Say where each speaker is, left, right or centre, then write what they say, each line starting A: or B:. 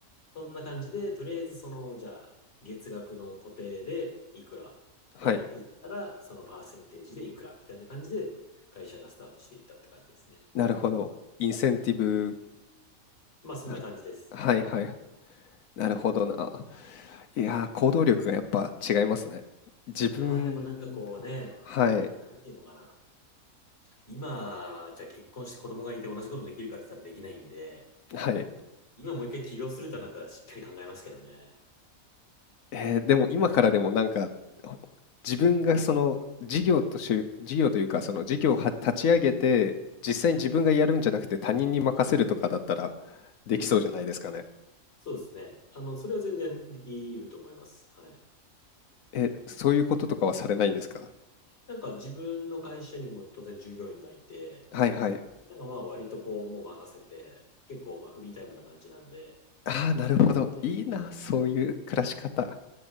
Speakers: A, on the left (about 45°); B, on the left (about 70°).
A: そんな感じで、とりあえず、その、じゃあ、月額の固定でいくら、
B: はい。
A: えー売ったら、そのパーセンテージでいくら、みたいな感じで、会社がスタートしていったって感じですね。
B: なるほど。インセンティブ
A: うんうんまあ、そんな感じです。
B: なるはいはいはい。
A: はい。
B: なるほどな。いやー、行動力がやっぱ違いますね。自分、
A: いやー、でもなんかこうね、
B: はい、
A: なんていうのかな。今、じゃあ結婚して子供がいて同じことできるかって言ったらできないんで、
B: はい。
A: 今もう一回起業するとなったらしっかり考えますけどね。
B: えーでも今からでもなんか、ほ自分がその事業とし、事業というか、その事業をは立ち上げて、実際に自分がやるんじゃなくて他人に任せるとかだったら
A: はい。
B: できそうじゃないですかね。
A: うん。そうですね。あの、それは全然できると思います。はい。
B: え、そういうこととかはされないんですか
A: なんか自分の会社にも当然従業員がいて、
B: はいはい。
A: なんかまあ割とこうもう任せて、結構まあフリータイムな感じなんで、
B: ああ、なるほど。
A: ね、
B: いいな、
A: うん。
B: そういう暮らし方。
A: す